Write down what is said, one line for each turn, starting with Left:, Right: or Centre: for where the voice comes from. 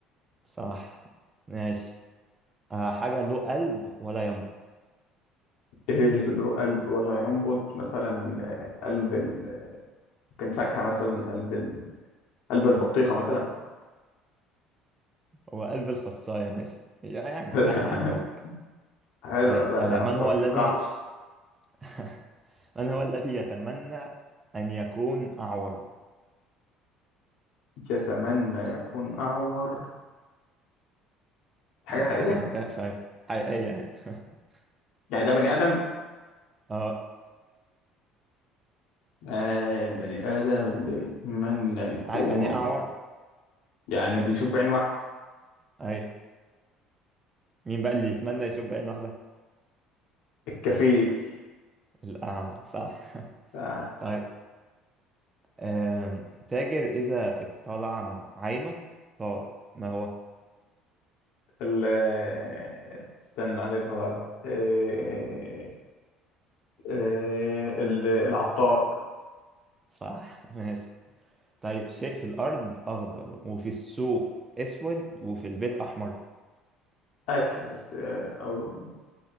Right: صح ماشي آه حاجة له قلب ولا ينبض
Left: آه... له قلب ولا ينبض مثلا آه... قلب ال... كان فاكهه مثلا قلب ال... قلب البطيخه مثلا
Right: هو قلب الخصاية ماشي يا- يعني
Left: <laughs>
Right: صح عدها لك
Left: حلو
Right: طيب
Left: والله
Right: آه
Left: ده
Right: من
Left: ما
Right: هو
Left: توقعتش
Right: الذي <laughs> من هو الذي يتمنى أن يكون أعور
Left: يتمنى يكون اعور حاجه
Right: دي
Left: حقيقيه
Right: محتاجة ذكاء شوية حقيقية أي <laughs>
Left: يعني ده بني ادم
Right: اه
Left: آه البني آدم اللي يتمنى يكون
Right: أنت عارف يعني إيه أعور
Left: يعني بيشوف بعين واحدة
Right: أي مين بقى اللي يتمنى يشوف بعين واحدة
Left: الكفيل
Right: الأعمى صح <laughs>
Left: آه
Right: طيب آم، تاجر إذا اقتلعنا عينه طار ما هو
Left: ال آه، استنى ألفها بعد آه آه ال- العطار
Right: صح <laughs> ماشي طيب شيء في الأرض أخضر وفي السوق أسود وفي البيت أحمر
Left: أكل بس آه أو